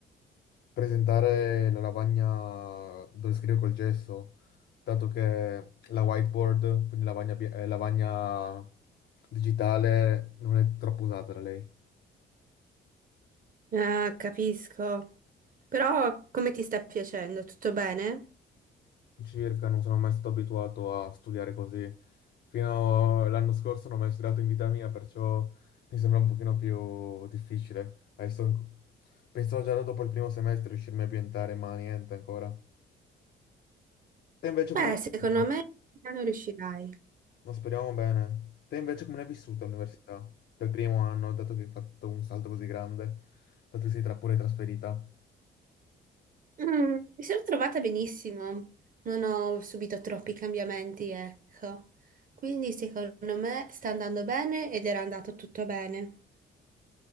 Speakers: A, on the left; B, on the right.
A: presentare la lavagna dove scrive col gesso, dato che la whiteboard, quindi lavagna, bia- eh, lavagna digitale, non è troppo usata da lei.
B: Ah, capisco. Però come ti sta piacendo? Tutto bene?
A: Circa, non sono mai stato abituato a studiare così. Fino all'anno scorso non ho mai studiato in vita mia, perciò mi sembra un pochino più difficile. Adesso inc- pensavo già dopo il primo semestre riuscirmi a ambientare, ma niente ancora. Te invece come
B: Beh,
A: ne hai
B: secondo
A: vissuta?
B: me non riuscirai.
A: Ma speriamo bene. Te invece come ne hai vissuta all'università? Per il primo anno, dato che hai fatto un salto così grande, dato che sei tra pure trasferita.
B: Mm, mi sono trovata benissimo, non ho subito troppi cambiamenti, ecco. Quindi secondo me sta andando bene ed era andato tutto bene.